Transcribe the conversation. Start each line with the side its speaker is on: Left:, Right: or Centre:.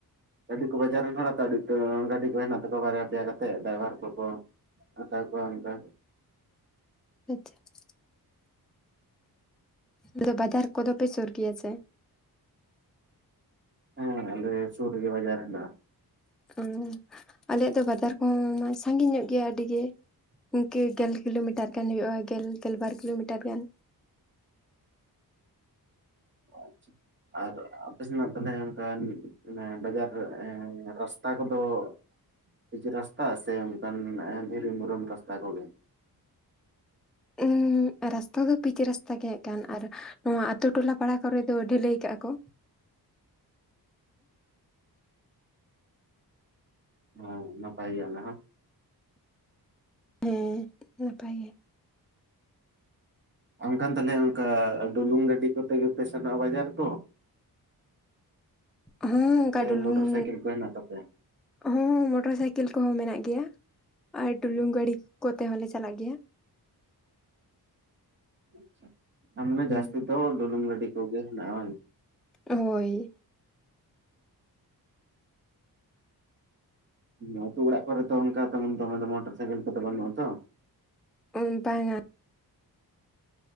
Right: ᱟᱹᱰᱤ ᱠᱚ ᱵᱟᱡᱟᱨ ᱨᱮᱱ ᱦᱚᱲᱟ ᱛᱚ ᱜᱟᱹᱰᱤ ᱠᱚ ᱦᱮᱱᱟᱜ ᱛᱟᱠᱚᱣᱟ ᱵᱟᱨᱭᱟ ᱯᱮᱭᱟ ᱠᱟᱛᱮᱜ ᱰᱟᱭᱵᱷᱟᱨ ᱠᱚᱠᱚ ᱦᱟᱛᱟᱣ ᱠᱚᱣᱟ ᱚᱝᱠᱟ
Centre: ᱟᱪᱷᱟ <unintelligible> ᱟᱫᱚ ᱵᱟᱡᱟᱨ ᱠᱚᱫᱚ ᱯᱮ ᱥᱩᱨ ᱜᱮᱭᱟ ᱥᱮ
Right: ᱦᱮᱸ ᱟᱞᱮ ᱥᱩᱨ ᱨᱮᱜᱮ ᱵᱟᱡᱟᱨ ᱦᱮᱱᱟᱜᱼᱟ᱾
Centre: ᱚᱸ ᱟᱞᱮᱭᱟᱜ ᱫᱚ ᱵᱟᱡᱟᱨ ᱠᱚᱦᱚᱸ ᱥᱟᱺᱜᱤᱧ ᱧᱚᱜ ᱜᱮᱭᱟ ᱟᱹᱰᱤᱜᱮ ᱤᱝᱠᱟᱹ ᱜᱮᱞ ᱠᱤᱞᱳᱢᱤᱴᱟᱨ ᱜᱟᱱ ᱦᱩᱭᱩᱜᱭᱼᱟ ᱜᱮᱞ ᱜᱮᱞ ᱵᱟᱨ ᱠᱤᱞᱳᱢᱤᱴᱟᱨ ᱜᱟᱱ᱾
Right: ᱟᱪᱪᱷᱟ᱾ ᱟᱨ ᱟᱯᱮ ᱥᱮᱱᱟᱜ ᱛᱟᱞᱦᱮ ᱚᱝᱠᱟᱱ ᱵᱟᱡᱟᱨ ᱮᱸ ᱨᱟᱥᱛᱟ ᱠᱚᱫᱚ ᱯᱤᱸᱪ ᱨᱟᱥᱛᱟ ᱥᱮ ᱚᱝᱠᱟᱱ ᱮᱸ ᱫᱷᱤᱨᱤ ᱢᱩᱨᱚᱢ ᱨᱟᱥᱛᱟ ᱠᱚᱜᱮ
Centre: ᱩᱸ ᱨᱟᱥᱛᱟ ᱫᱚ ᱯᱤᱸᱪ ᱨᱟᱥᱛᱟ ᱜᱮ ᱦᱮᱜ ᱠᱟᱱ ᱟᱨ ᱱᱚᱣᱟ ᱟᱛ ᱛᱩ ᱴᱚᱞᱟ ᱯᱟᱲᱟ ᱠᱚᱨᱮ ᱫᱚ ᱰᱷᱟᱹᱞᱟᱹᱭ ᱠᱟᱜᱼᱟ ᱠᱚ᱾
Right: ᱦᱮᱸ ᱱᱟᱯᱟᱭ ᱜᱮ ᱚᱱᱟ ᱦᱚᱸ
Centre: ᱦᱮᱸ ᱱᱟᱯᱟᱭ ᱜᱮ
Right: ᱚᱝᱠᱟᱱ ᱛᱟᱞᱦᱮ ᱚᱝᱠᱟ ᱰᱩᱞᱩᱝ ᱜᱟᱹᱰᱤ ᱠᱚᱛᱮ ᱜᱮᱯᱮ ᱥᱮᱱᱚᱜᱼᱟ ᱵᱟᱡᱟᱨ ᱠᱚ
Centre: ᱦᱮᱸ ᱚᱝᱠᱟ
Right: ᱥᱮ
Centre: ᱰᱩᱞᱩᱝ
Right: ᱢᱚᱴᱚᱨ ᱥᱟᱭᱠᱮᱞ ᱠᱚ ᱦᱮᱱᱟᱜ ᱛᱟᱯᱮᱭᱟ
Centre: ᱦᱚᱸ ᱢᱚᱴᱚᱨ ᱥᱟᱭᱠᱮᱞ ᱠᱚᱦᱚᱸ ᱢᱮᱱᱟᱜ ᱜᱮᱭᱟ ᱟᱨ ᱰᱩᱞᱩᱝ ᱜᱟᱹᱲᱤ ᱠᱚᱛᱮ ᱦᱚᱸᱞᱮ ᱪᱟᱞᱟᱜ ᱜᱮᱭᱟ᱾
Right: ᱟᱪᱪᱷᱟ ᱢᱟᱱᱮ
Centre: ᱦᱩᱸ
Right: ᱡᱟᱹᱥᱛᱤ ᱫᱚ ᱰᱚᱞᱩᱝ ᱜᱟᱰᱤ ᱠᱚᱜᱮ ᱦᱮᱱᱟᱜᱼᱟ ᱦᱟᱝ
Centre: ᱦᱳᱭ
Right: ᱦᱚ ᱟᱹᱛᱩ ᱚᱲᱟᱜ ᱠᱚᱨᱮ ᱫᱚ ᱚᱝᱠᱟ ᱛᱢᱚᱱ ᱫᱚᱢᱮ ᱫᱚ ᱢᱚᱴᱚᱨ ᱥᱟᱭᱠᱮᱞ ᱠᱚᱫᱚ ᱵᱟᱹᱱᱩᱜᱼᱟ ᱛᱚ᱾
Centre: ᱩ ᱵᱟᱝᱟ᱾